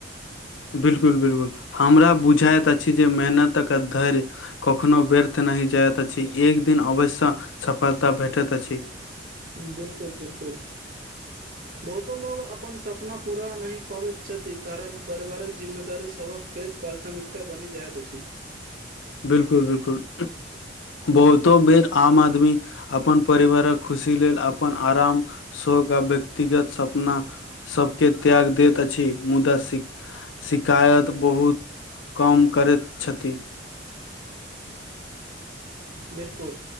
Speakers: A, on the left (about 85°); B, on the right (about 50°).
A: बिल्कुल बिल्कुल हमरा बुझाइत अछि जे मेहनतक धैर कखनो व्यर्थ नहि जाइत अछि एक दिन आवश्य सफलता भेटैत अछि
B: हम बिल्कुल बिल्कुल
A: <inaudible>
B: बहुतो लोग अपन सपना पूरा नहि पबैत छथि कारण पारिवारिक जिम्मेदारी सभक पैघ प्राथमिकता बनी जाइत अछि
A: बिल्कुल बिल्कुल बहुतो बेर आम आदमी अपन परिवारक खुशी लेल अपन आराम शोक आ व्यक्तिगत सपना सबके त्याग दैत अछि मुदा शि शिकायत बहुत कम करैत छथि
B: बिलकुल